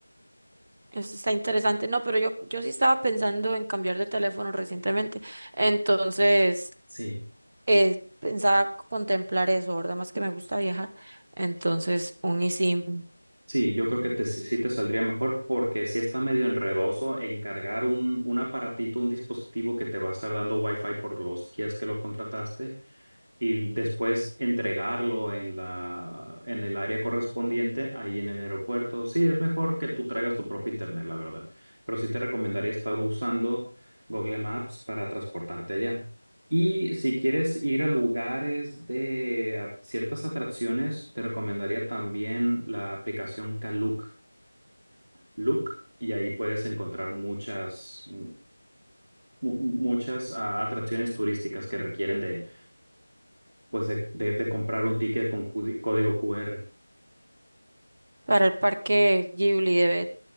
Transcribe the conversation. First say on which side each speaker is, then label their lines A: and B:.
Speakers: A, on the right; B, on the right.
A: Eso está interesante. No, pero yo, yo sí estaba pensando en cambiar de teléfono recientemente. Entonces,
B: Sí.
A: eh, pensaba contemplar eso, ¿verdad? Más que me gusta viajar. Entonces, un eSIM
B: Sí, yo creo que te, sí sí te saldría mejor porque sí está medio enredoso encargar un, un aparatito, un dispositivo que te va a estar dando Wi-Fi por los días que lo contrataste. y después entregarlo en la, en el área correspondiente, ahí en el aeropuerto. Sí, es mejor que tú traigas tu propio internet, la verdad. Pero sí te recomendaría estar usando Google Maps para transportarte allá. Y si quieres ir a lugares de a ciertas atracciones, te recomendaría también la aplicación Klook, Klook, y ahí puedes encontrar muchas, mu- muchas ah, atracciones turísticas que requieren de pues de, de- de comprar un ticket con cu- código QR.
A: para el parque Ghibli debe,